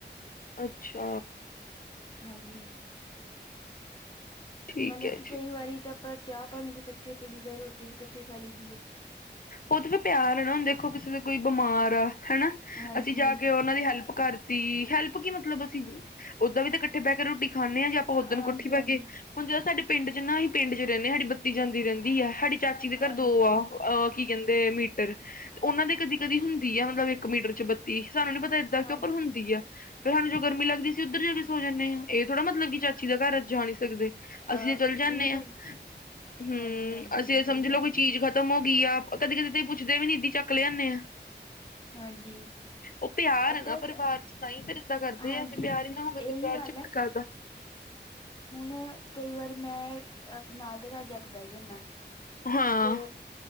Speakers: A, on the left; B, on the left.
A: ਅੱਛਾ।
B: ਹਾਂਜੀ।
A: ਠੀਕ
B: ਮਤਲਬ
A: ਹੈ
B: ਕਿ
A: ਜੀ।
B: ਕਈ ਵਾਰੀ ਤਾਂ ਆਪਾਂ ਚਾਹ ਪਾਣੀ ਵੀ ਇਕੱਠੇ ਪੀ ਲਈ ਦਾ ਰੋਟੀ ਵੀ ਇਕੱਠੇ ਖਾ ਲਈ ਦੀ ਹੈ।
A: ਉਹ ਤੇ ਫਿਰ ਪਿਆਰ ਹੈ ਨਾ ਹੁਣ ਦੇਖੋ ਕਿਸੇ ਦਾ ਕੋਈ ਬਿਮਾਰ ਆ ਹਨਾ।
B: ਹਾਂਜੀ
A: ਅਸੀਂ ਜਾ ਕੇ ਉਹਨਾਂ ਦੀ ਹੈਲਪ ਕਰਤੀ ਹੈਲਪ ਕੀ ਮਤਲਬ ਅਸੀਂ ਓਦਾਂ ਵੀ ਤਾਂ ਇਕੱਠੇ ਬਹਿ ਕੇ ਰੋਟੀ ਖਾਂਦੇ ਆਂ ਜੇ ਆਪਾਂ
B: ਹਾਂਜੀ
A: ਓਦਾਂ ਨੂੰ ਕੱਠੇ ਬਹਿ
B: ਹਾਂਜੀ
A: ਕੇ ਹੁਣ ਜਦੋਂ ਸਾਡੇ ਪਿੰਡ ਚ ਨਾ ਅਸੀਂ ਪਿੰਡ ਚ ਰਹਿੰਦੇ ਹਾਂ ਸਾਡੀ ਬੱਤੀ ਜਾਂਦੀ ਰਹਿੰਦੀ ਆ ਸਾਡੀ ਚਾਚੀ ਦੇ
B: ਹਾਂਜੀ
A: ਘਰ ਦੋ ਆ। ਅਹ ਕੀ ਕਹਿੰਦੇ ਮੀਟਰ ਤੇ ਉਹਨਾਂ ਦੇ ਕਦੀ -ਕਦੀ ਹੁੰਦੀ ਆ ਮਤਲਬ ਇੱਕ ਮੀਟਰ ਚ ਬੱਤੀ ਸਾਨੂੰ ਨੀ ਪਤਾ ਏਦਾਂ
B: ਹਾਂਜੀ
A: ਕਿਉਂ ਪਰ ਹੁੰਦੀ ਹੈ। ਫਿਰ ਸਾਨੂੰ ਜਦੋ ਗਰਮੀ ਲੱਗਦੀ ਸੀ ਉੱਧਰ ਜਾ ਕੇ ਸੋ ਜਾਂਦੇ ਹਾਂ। ਇਹ ਥੋੜਾ ਮਤਲਬ ਕਿ ਚਾਚੀ ਦਾ ਘਰ ਆ ਜਾ ਨੀਂ ਸਕਦੇ।
B: ਅ
A: ਅਸੀਂ ਤਾਂ ਚਲੇ ਜਾਂਦੇ
B: ਇਹ ਗੱਲ
A: ਹਾਂ ਹਮ
B: ਹਾਂਜੀ ਹਾਂਜੀ
A: ਅਸੀਂ ਸਮਝ
B: ਸਹੀ
A: ਲਓ
B: ਗੱਲ
A: ਕੋਈ ਚੀਜ਼
B: ਹੈ
A: ਖ ਖਤਮ ਹੋ ਗਈ ਆ ਕਦੇ- ਕਦੇ ਤੁਸੀ ਪੁੱਛਦੇ ਵੀ ਨੀ ਏਂਦਾ ਈ ਚੱਕ ਲਿਆਦੇ ਆ।
B: ਹਾਂਜੀ
A: ਉਹ ਪਿਆਰ
B: ਆਪਾਂ
A: ਹੈ ਨਾ ਪਰਿਵਾਰ
B: ਤਾਂ-
A: ਚ ਤਾਂ ਹੀ ਫ਼ਿਰ ਏਦਾਂ ਕਰਦੇ
B: ਹਾਂਜੀ
A: ਆ ਜੇ ਪਿਆਰ ਹੀ ਨਾ ਹੋਵੇ
B: ਇਹੀ
A: ਪਰਿਵਾਰ
B: ਗੱਲ
A: ਚ ਫਿਰ ਚਿੱਤ
B: ਹੈ
A: ਕਰਦਾ।
B: ਹੁਣ ਕਈ ਵਾਰੀ ਮੈਂ ਨਾਲ ਦੇ ਘਰ ਜਾ ਕੇ ਬਹਿ ਜਾਨਾ।
A: ਹਾਂ,
B: ਤੇ